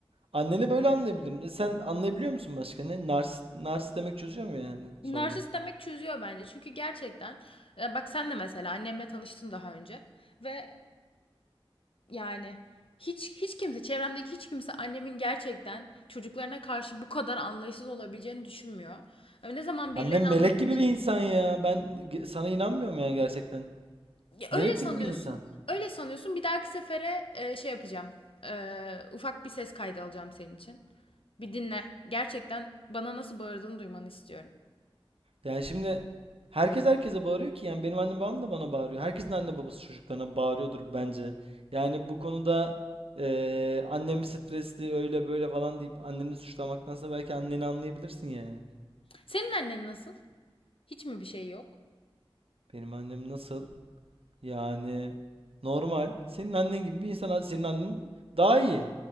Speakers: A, on the right; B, on the left.
A: anneni böyle anlayabilirim. E Sen anlayabiliyor musun başka ne? Nars, nars demek çözüyor mu yani sorunu?
B: Narsist demek çözüyor bence. Çünkü gerçekten e, bak sen de mesela annemle tanıştın daha önce ve yani hiç hiç kimse çevremdeki hiç kimse annemin gerçekten çocuklarına karşı bu kadar anlayışsız olabileceğini düşünmüyor. Yani Ne zaman birilerine
A: Annem melek
B: anlatmaya
A: gibi bir insan ya. Ben ge- sana inanmıyorum yani gerçekten.
B: Ya öyle
A: Melek
B: sanıyorsun.
A: gibi bir insan.
B: Öyle sanıyorsun. Bir dahaki sefere e, şey yapacağım. E, ufak bir ses kaydı alacağım senin için. Bir dinle. Gerçekten bana nasıl bağırdığını duymanı istiyorum.
A: Yani şimdi herkes herkese bağırıyor ki yani benim annem babam da bana bağırıyor. Herkesin anne babası çocuklarına bağırıyordur bence. Yani bu konuda eee annem stresli öyle böyle falan deyip anneni suçlamaktansa belki anneni anlayabilirsin ya.
B: Senin annen nasıl? Hiç mi bir şey yok?
A: Benim annem nasıl? Yani normal. Senin annen gibi bir insan. Hadi Senin annen daha iyi.